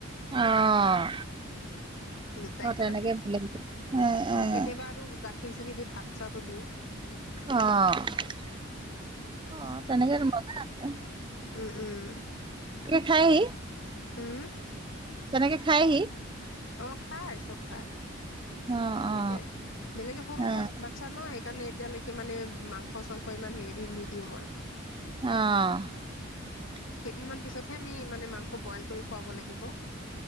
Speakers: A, on the right (about 25°); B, on the left (about 70°).
A: অহ
B: দুটা
A: 'মই
B: একেলগে
A: তেনেকেই উম - উম।
B: অ কেতিয়াবা আৰু গাখীৰ চাকি দি ভাত চাটো দিও।
A: অহ - অহ তেনেকে মজা আছে। উম।
B: উম- উম।
A: খাই
B: হম।
A: তেনেকে খায়হি।
B: অহ ', খায় চব খায়।
A: অ
B: সেনেকে
A: অ
B: বেলেগে সৰু
A: অ
B: বাচ্ছা নয়। কাৰণে এতিয়ালৈকে মানে মাংস চাংস ইমান হেৰি দি নিদিও মই।
A: অহ ',
B: কেইদিনমান পিছতহে আমি মানে মাংস বইল কৰি খুৱাব লাগিব।